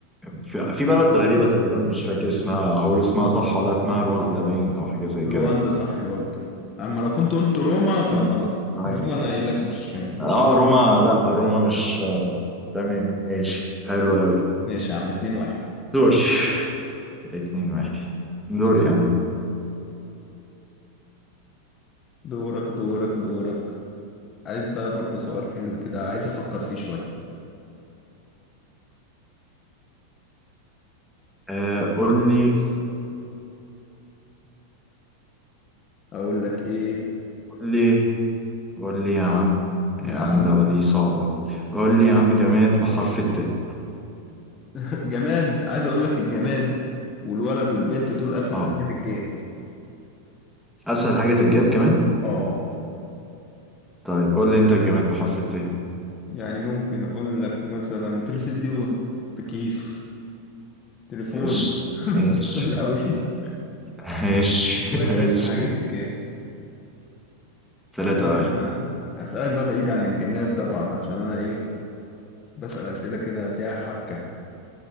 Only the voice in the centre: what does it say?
في, في بلد غريبة تقريبا مش فاكر اسمها هقول اسمها صح ولا اسمها رواندا باين او حاجة زي
كده
آه.
طيب
اه
روما لا روما مش آه، تمام ماشي حلو قوي
دوري اتنين واحد دوري انا
آه قول لي
قول لي قول لي يا عم يا
عم
اللعبة دي صعبة قول لي يا عم جماد بحرف الت <laughs>
اه
اسهل حاجة تتجاب كمان
طيب قول لي انت جماد بحرف الت
ايش
ايش
ماشي
ماشي
ثلاثة
واحد